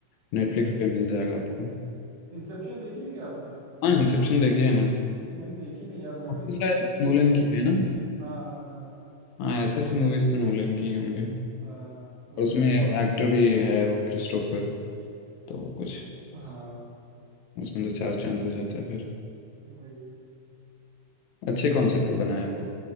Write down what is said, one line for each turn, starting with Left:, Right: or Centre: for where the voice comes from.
Left: नेटफ्लिक्स पे मिल जाएगा आपको
Right: इंसेप्शन देखी है क्या आपने
Left: हाँ इंसेप्शन देखिए ना
Right: तो मैंने देखी नहीं यार मैं भी सोच
Left: ये शायद नोलन
Right: हाँ
Left: की है ना
Right: हाँ हाँ
Left: हाँ ऐसे ऐसे मूवीज तो नोलन की ही होंगे
Right: हाँ वो
Left: और उसमें
Right: भी
Left: एक्टर भी है वो क्रिस्टोफर तो वो कुछ
Right: हाँ
Left: उसमें तो चार चांद हो जाता है फिर
Right: वही वही
Left: अच्छे कॉन्सेप्ट पे बनाया है वो